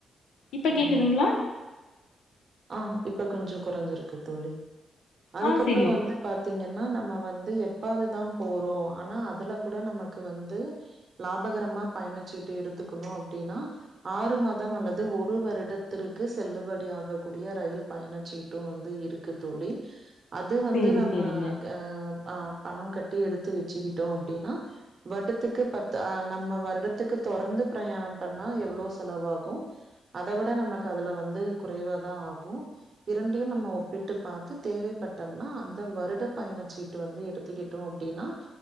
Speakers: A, on the left (about 85°); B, on the right (about 55°).
A: இப்ப கேக்குதுங்களா
B: ஆஹ் ஆஹ் இப்ப கொஞ்சோ கொறஞ்சுருக்கு தோழி அதுக்கப்றம்
A: ஆ செரி ஓ
B: வந்து பாத்தீங்கனா ன்னா நம்ம வந்து எப்பாதுதா போறோ ஆனா அதுல கூட நமக்கு வந்து லாபகரமா பயணச்சீட்டு எடுத்துக்கணு அப்டினா ஆறு மாதம் அல்லது ஒரு வருடத்திற்கு செல்லுபடி ஆக கூடிய ரயில் பயணசீட்டும் வந்து இருக்கு தோழி அது வந்து
A: செரி
B: நம்ம
A: செரிங்க
B: ந ஆ பணம் கட்டி எடுத்து வச்சுகிட்டோ அப்டின்னா வருடத்துகு பத்துஹ நம்ம வருடதுக்கு தொடர்ந்து பிரயாணம் பண்ணா எவ்ளோ செலவாகு அத விட நமக்கு அதுல வந்து குறைவாதா ஆகும் இரண்டியும் நம்ம ஒப்பிட்டு பாத்து தேவைப்பட்டம்னா அந்த வருட பயணசீட்டு வந்து எடுதிக்கிட்டோ அப்டின்னா